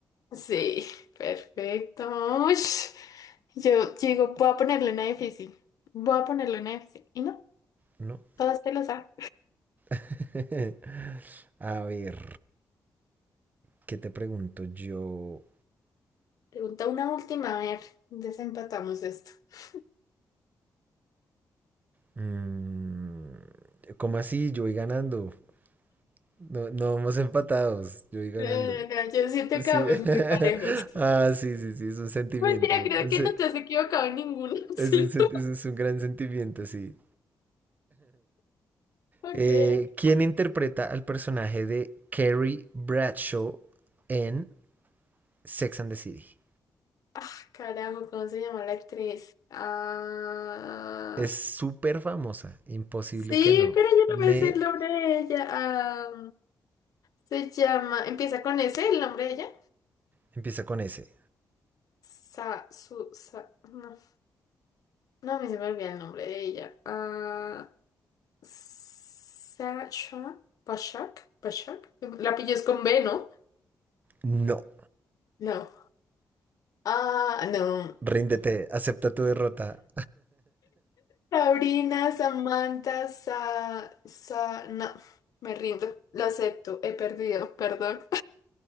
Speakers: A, on the left; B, on the right.
A: Sí, perfecto. Ush, Yo digo, voy a ponerle una difícil. Voy a ponerle una difícil. Y no,
B: ¿no?
A: todas te lo saben.
B: <laughs> A ver. ¿Qué te pregunto yo?
A: Pregunta una última, a ver, desempatamos esto. <laughs>
B: Mm, ¿cómo así? Yo voy ganando. No, no vamos empatados. Yo voy ganando.
A: No, no, no, yo siento
B: Sí.
A: que vamos
B: <laughs>
A: muy parejos.
B: Ah, sí, sí, sí, es un sentimiento.
A: Mentira, creo
B: Es,
A: que no te has equivocado en ninguna, <laughs>
B: es
A: ¿cierto?
B: un, sen- es un gran sentimiento, sí.
A: Ok,
B: Eh,
A: ok.
B: ¿quién interpreta al personaje de Carrie Bradshaw en Sex and the City?
A: Ah, carajo, ¿cómo se llama la actriz? Ah,
B: Es súper famosa. Imposible
A: sí,
B: que no.
A: pero yo
B: Me
A: no me sé el nombre de ella. Ah, se llama, empieza con ese el nombre de ella.
B: empieza con ese.
A: Sa, su, sa, no, no, a mí se me olvida el nombre de ella. Ah, Sasha, Bashak, Bashak. La pillas con B, ¿no?
B: No.
A: No. Ah, no.
B: Ríndete. Acepta tu derrota.
A: Sabrina, Samantha, Sa, Sa- no, me rindo, lo acepto, he perdido, perdón.